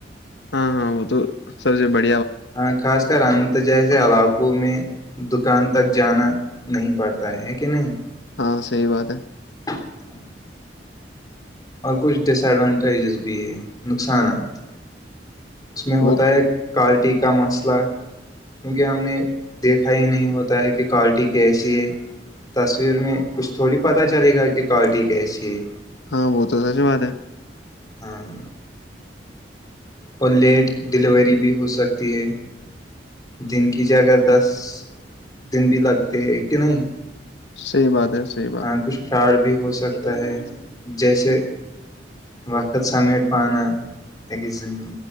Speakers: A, on the left; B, on the left.
A: ہاں ہاں وہ تو سبزی بڑ
B: ہاں خاص کر انت جیسے علاقوں میں دکان تک جانا نہیں پڑتا ہے کہ نہیں
A: ہاں صحی بات ہے
B: ہاں اور کچھ ڈس ایڈوانٹیجز بھی بھی ہے نقصانات اس میں ہوتا
A: وہ
B: ہے کوالٹی کا مسئلہ کیونکہ ہم نے دیکھا ہی نہیں ہوتا ہے کہ کوالٹی کیسی ہے تصویر میں کچھ تھوڑی پتا چلے گا کہ کی کوالٹی کیسی ہے
A: ہاں وہ تو سچ بات ہے
B: ہاں اور لیٹ ڈیلیوری بھی ہو سکتی ہے دن کی جگہ دس دن بھی لگتے ہیں تین
A: صحیح بات ہے صحیح
B: ہاں کچھ فراڈ بھی ہو
A: بات
B: سکتا ہے جیسے وقت سمیٹ پانا کہ جن